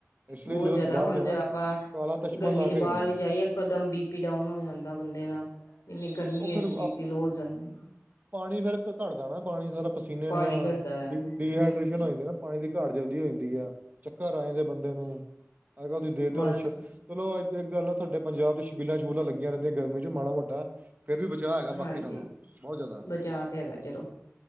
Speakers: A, on the right; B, on the left.
A: ਇਸ ਲਈ
B: ਬਹੁਤ
A: ਜਦੋਂ
B: ਜਿਆਦਾ
A: ਬਾਹਰ
B: ਹੁਣ
A: ਜਾਣਾ
B: ਜੇ ਆਪਾਂ।
A: ਕਾਲਾ ਚਸ਼ਮਾ
B: ਗਰਮੀ
A: ਲਾ
B: ਚ
A: ਕੇ
B: ਬਾਹਰ
A: ਜਾਣਾ
B: ਵੀ ਜਾਈਏ ਇਕਦਮ ਬੀਪੀ ਡਾਊਨ ਹੋ ਜਾਂਦਾ ਬੰਦੇ ਦਾ। ਇਨੇ ਗਰਮੀਆਂ
A: ਉਹ ਫਿਰ
B: ਹੈ ਜੀ ਬੀ ਪੀ ਲੋ ਹੋ ਜਾਂਦਾ।
A: ਪਾਣੀ ਫਿਰ ਘੱਟਦਾ ਨਾ ਪਾਣੀ ਸਾਰਾ ਪਸੀਨੇ
B: ਭਾਰੀ
A: ਨਾਲ
B: ਘਟਦਾ ਆ
A: ਡੀ
B: ਹੂੰ,
A: ਹਾਈਡੇਸ਼ਨ ਹੋ ਜਾਂਦੀ ਨਾ। ਪਾਣੀ ਦੀ ਘਾਟ ਜਲਦੀ ਹੋ ਜਾਂਦੀ ਆ, ਚੱਕਰ ਆ ਜਾਂਦੈ ਬੰਦੇ ਨੂੰ, ਅੱਜ-ਕੱਲ ਤੁਸੀਂ ਦੇਖਦੇ
B: ਬਸ
A: ਸ਼ਕਤੀ ਚਲੋ ਅੱਜ ਗੱਲ ਸਾਡੇ ਪੰਜਾਬ ਚ ਸ਼ਬੀਲਾਂ-ਸ਼ਬੂਲਾਂ ਲੱਗੀਆਂ ਰਹਿੰਦੀਆਂ ਗਰਮੀ ਚ ਮਾੜਾ-ਮੋਟਾ। ਫੇਰ ਵੀ ਬਚਾਅ ਹੈਗਾ
B: ਹਾਂਜੀ,
A: ਬਾਕੀ ਨਾਲੋਂ, ਬਹੁਤ ਜ਼ਿਆਦਾ।
B: ਬਚਾਅ ਤੇ ਹੈਗਾ ਚਲੋ